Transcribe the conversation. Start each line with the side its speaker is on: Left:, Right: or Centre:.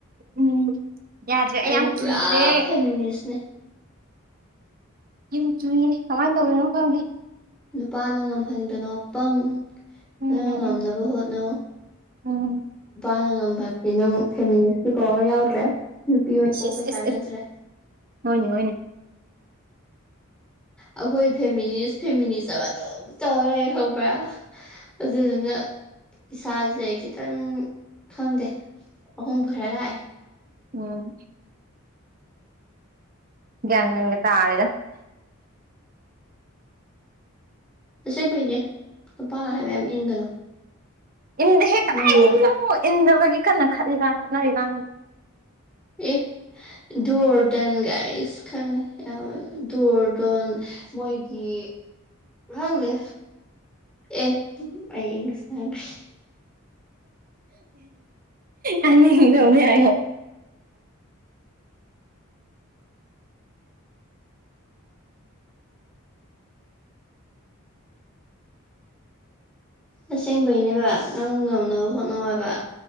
Right: ꯎꯝ ꯌꯥꯗ꯭ꯔꯦ
Centre: ꯑꯩꯗꯤ
Right: ꯑꯩ ꯌꯥꯝ
Centre: ꯄꯨꯔꯥ
Right: ꯀꯤꯔꯦ
Centre: ꯐꯦꯃꯤꯅꯤꯁꯅꯦ
Right: ꯌꯥꯝ ꯀꯤꯔꯦ ꯀꯃꯥꯏꯅ ꯇꯧꯗꯨꯏꯅꯣ ꯈꯪꯗꯦ
Centre: ꯅꯨꯄꯥꯅ ꯉꯝꯍꯟꯒꯅꯣ ꯑꯄꯪ
Right: ꯎꯝ
Centre: ꯅꯪꯅ
Right: ꯎꯝ
Centre: ꯉꯝꯅꯕ
Right: ꯎꯝ
Centre: ꯍꯣꯠꯅꯧ
Right: ꯎꯝ
Centre: ꯅꯨꯄꯥꯅ ꯉꯝꯕꯗꯤ ꯅꯪ ꯐꯦꯃꯤꯅꯤꯁꯀꯤ ꯄꯥꯎꯋꯔ ꯌꯥꯎꯗ꯭ꯔꯦ ꯅꯨꯄꯤ ꯑꯣꯏꯅ ꯄꯣꯛꯄꯩ
Right: ꯁꯤꯁ ꯏꯁ
Centre: ꯀꯥꯟꯅꯗ꯭ꯔꯦ
Right: ꯏꯁ ꯍꯣꯏꯅꯦ ꯍꯣꯏꯅꯦ
Centre: ꯑꯩꯈꯣꯏ ꯐꯦꯃꯤꯅꯤꯁ ꯐꯦꯃꯤꯅꯤꯖꯝ ꯑꯗꯨꯝ ꯇꯧꯔ ꯂꯩꯔꯦ ꯈꯪꯕ꯭ꯔꯥ ꯑꯗꯨꯗꯨꯅ ꯏꯁꯥꯁꯦ ꯈꯤꯇꯪ ꯈꯪꯗꯦ ꯑꯍꯣꯡꯕ ꯈꯥꯔ ꯂꯥꯛꯑꯦ
Right: ꯎꯝ ꯒ꯭ꯌꯥꯟ ꯃꯦꯟꯒ ꯇꯥꯗꯦꯗ
Centre: ꯑꯁꯦꯡꯕꯩꯅꯦ ꯅꯨꯄꯥꯅ ꯍꯥꯏꯕ ꯌꯥꯝ ꯏꯟꯒꯅꯨ
Right: ꯏꯟꯗꯦꯍꯦ ꯀꯗꯥꯏꯗꯩꯅꯣ
Centre: ꯃꯣꯏꯅ
Right: ꯏꯟꯗꯕꯒꯤ ꯀꯟꯅ ꯈꯠꯂꯤꯀꯥꯟ ꯈꯠꯅꯔꯤꯀꯥꯟ
Centre: ꯑꯦ ꯗꯨ ꯑꯣꯔ ꯗꯟ ꯒꯥꯏ ꯑꯤꯁ ꯈꯪꯉꯦ ꯑꯃ ꯗꯨ ꯑꯣꯔ ꯗꯣꯟ ꯃꯣꯏꯒꯤ ꯈꯪꯗꯦ ꯑꯦ ꯑꯩ ꯏꯪꯂꯤꯁ ꯉꯥꯡꯈ꯭ꯔꯦ
Right: ꯑꯅꯤ ꯇꯧꯅꯦ ꯍꯥꯏꯌꯣ
Centre: ꯑꯁꯦꯡꯕꯩꯅꯦꯕ ꯅꯪ ꯉꯝꯅꯕ ꯍꯣꯠꯅꯧ ꯍꯥꯏꯕ